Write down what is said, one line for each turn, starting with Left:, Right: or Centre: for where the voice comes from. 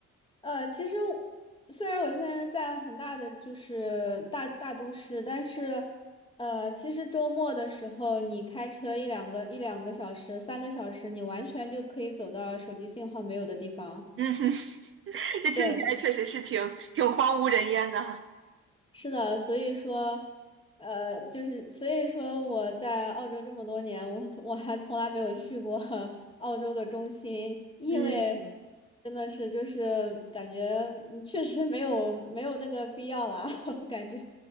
Left: 呃，其实我虽然我现在在很大的就是大大都市，但是，呃，其实周末的时候，你开车一两个一两个小时、三个小时，你完全就可以走到手机信号没有的地方。
Right: 嗯哼，<laughs> 这听起来确实是挺挺荒无人烟的哈。
Left: 对。是的，所以说，呃，就是所以说我在澳洲这么多年，我我还从来没有去过 <laughs> 澳洲的中心，因为
Right: 嗯。
Left: 真的是就是感觉嗯确实没有没有那个必要啦，<laughs> 感觉，